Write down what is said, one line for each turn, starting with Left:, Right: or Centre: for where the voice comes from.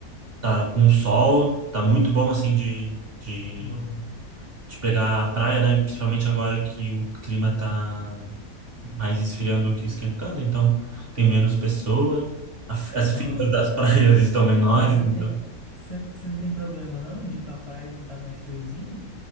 Right: tá com sol. Tá muito bom, assim, de, de,
Left: Bom.
Right: de pegar a praia, né? Principalmente agora que o clima tá mais esfriando do que esquentando. Então, tem menos pessoa. A f- As
Left: Aham.
Right: filas das <laughs> praias estão menores,
Left: Mas você não
Right: então...
Left: tem, você, você não tem problema não de ir pra praia quando tá mais friozinho?